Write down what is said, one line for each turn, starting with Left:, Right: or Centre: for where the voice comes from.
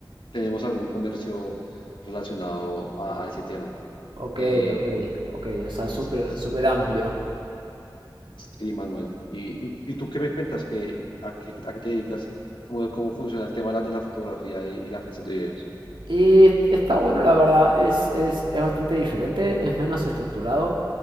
Left: tenemos algún comercio relacionado a, a ese tema.
Right: Ok,
Left: Eh,
Right: ok, ok, o sea, súper,
Left: sí, sí,
Right: súper amplio.
Left: sí, Manuel. ¿Y, y, y tú qué me cuentas? ¿Qué, a, qué, a qué te dedicas? ¿Cómo, cómo funciona el tema de la fotografía y, y la creación de videos?
Right: Y está bueno, la verdad, es, es, es bastante diferente, es menos estructurado.